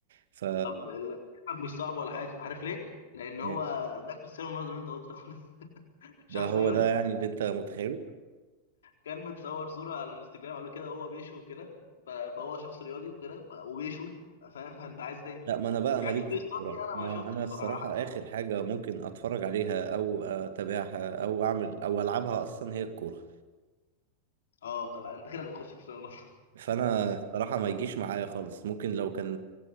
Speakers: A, on the right; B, on the left.
A: ف
B: طب ال- كلامك مش صعب ولا حاجه عارف ليه لان هو
A: <laughs>
B: ده كريستيانو رونالدو اللي انت قلت له <laughs> شخص
A: ده هو
B: رياضي
A: ده يعني اللي انت متخيله
B: كان متصور صوره على الانستجرام قبل كده وهو بيشوي وكده ف- فهو شخص رياضي وكده ف- وبيشوي فاهم فانت عايز تاني
A: لا ما انا بقى
B: حته
A: ماليش
B: بيصطاد
A: في الكوره
B: دي انا
A: ما
B: ما شفتش
A: انا
B: بصراحه
A: الصراحه اخر حاجه ممكن اتفرج عليها او اتابعها او اعمل او العبها اصلا هي الكوره
B: اه طلع انت كده بتخش كريستيانو رونالدو
A: فانا الصراحه ما يجيش معايا خالص ممكن لو كان